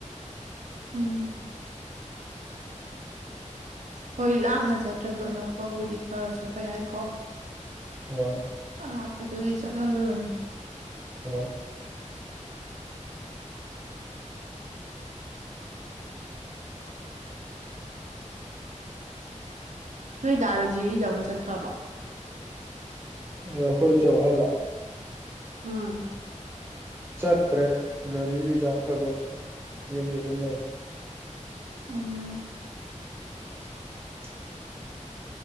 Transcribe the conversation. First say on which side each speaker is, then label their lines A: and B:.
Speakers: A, on the right; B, on the right.
A: ꯎꯝ ꯍꯣꯏ ꯂꯥꯞꯅ ꯆꯠꯇ꯭ꯔꯁꯨ ꯑꯅꯛꯄꯕꯨꯗꯤ ꯈꯔ ꯆꯠꯄ ꯌꯥꯏꯀꯣ
B: ꯍꯣꯏ
A: ꯑ ꯑꯗꯨꯗꯤ ꯆꯠꯍꯜꯂꯨꯔꯅ
B: ꯍꯣꯏ
A: ꯅꯣꯏ ꯗꯥꯔꯣꯖꯤ ꯇꯥꯃꯨꯛ ꯆꯠꯈ꯭ꯔꯕ
B: ꯑꯦ ꯑꯩꯈꯣꯏ ꯏꯁꯨꯦꯍꯜꯂ
A: ꯎꯝ
B: ꯆꯠꯇ꯭ꯔꯦ ꯒꯥꯔꯤ ꯔꯤꯖꯥꯚ ꯈꯔ ꯈ ꯆꯠꯂꯦ ꯌꯨꯝꯗ ꯑꯗꯨꯝ ꯂꯩꯔꯦ
A: ꯎꯝ
B: <inaudible>